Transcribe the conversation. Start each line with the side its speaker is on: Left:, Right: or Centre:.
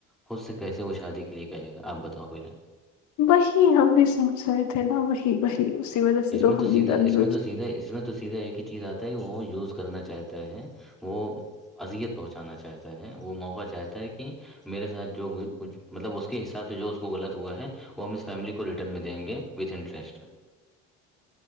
Centre: خود سے کیسے وہ شادی کے لیے کہے گا آپ بتاؤ پہلے
Left: وہی ہم بھی سوچ رہے تھے نا وہی وہی اسی وجہ سے
Centre: اس
Left: تو
Centre: میں
Left: ہم
Centre: سیدھا
Left: ہی کرنا
Centre: اس میں تو اس میںت تو سیدھا ایک ہی چیز آتا ہے وہ یوز کرنا چاہتا ہے وہ اذیت پہنچانا چاہتا ہے وہ موقع چاہتا ہے کہ میرے ساتھ جو کچھ مطلب اس کے حساب سے جو اس کو غلط ہوا ہے وہ ہم اس فیملی کو ریٹرن میں دیں گے وتھ انٹرسٹ